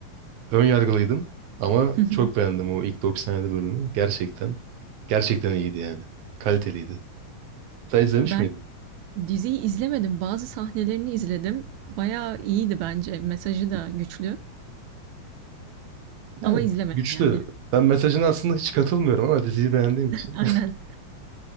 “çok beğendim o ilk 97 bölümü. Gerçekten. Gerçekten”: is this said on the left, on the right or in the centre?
Right